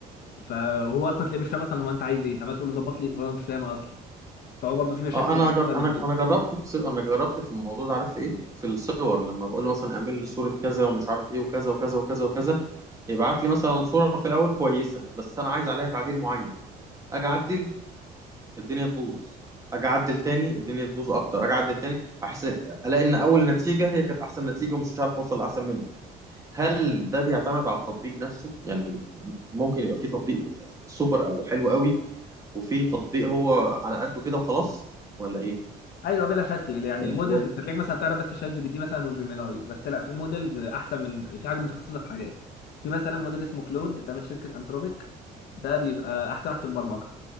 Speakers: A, on the left; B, on the right.
A: فهو اصلا تلاقيه مش فاهم اصلا هو انت عايز ايه انت عمال تقول له ظبط لي فهو مش فاهم اصلا فهو برضو في مشاكل
B: اه انا
A: اكتر
B: جر-
A: من
B: انا
A: كده
B: انا جربت في ص- انا جربت في الموضوع ده عارف ايه في الصور لما بقول له مثلا اعمل لي صوره كذا ومش عارف ايه وكذا وكذا وكذا وكذا يبعت لي مثلا صوره في الاول كويسه بس انا عايز عليها تعديل معين اجي اعدل الدنيا تبوظ اجي اعدل تاني الدنيا تبوظ اكتر اجي اعدل تاني احس الاقي ان اول نتيجه هي كانت احسن نتيجه ومش عارف اوصل لاحسن منها هل ده بيعتمد على التطبيق نفسه يعني ممكن يبقى في تطبيق سوبر او حلو قوي وفي تطبيق هو على قده كده وخلاص ولا ايه
A: ايوه بلا شك يعني
B: هو
A: المودلز انت تلاقيك مثلا تعرف بس شات جي بي تي مثلا وجيميناي بس لا في مودلز احسن من في حاجه متخصصه في حاجات في مثلا موديل اسمه كلود ده من شركه انتروبيك ده بيبقى احسن واحد في البرمجه